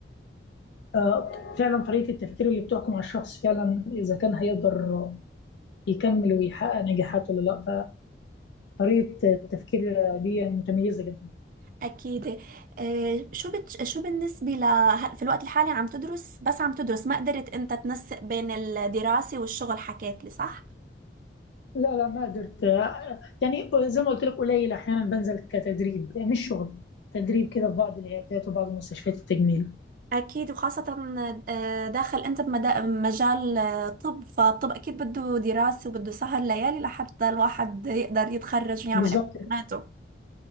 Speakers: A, on the left; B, on the right.
A: آه، فعلا طريقه التفكير اللي بتحكم على الشخص فعلا اذا كان هيقدر يكمل ويحقق نجاحات ولا لا فطريقه التفكير دي متميزه جدا
B: أكيد آه، شو بت... شو بالنسبة ل هل- في الوقت الحالي عم تدرس بس عم تدرس ما قدرت أنت تنسق بين الدراسة والشغل حكيت لي صح؟
A: لا لا ما قدرت آه، يعني زي ما قلت لك قليل احيانا بنزل كتدريب مش شغل تدريب كده في بعض العيادات وبعض مستشفيات التجميل
B: أكيد وخاصة آه، داخل أنت بمدا- بمجال آه، طب فالطب أكيد بده دراسة وبده سهر ليالي لحتى الواحد يقدر يتخرج ويعمل
A: بالظبط
B: امتحاناته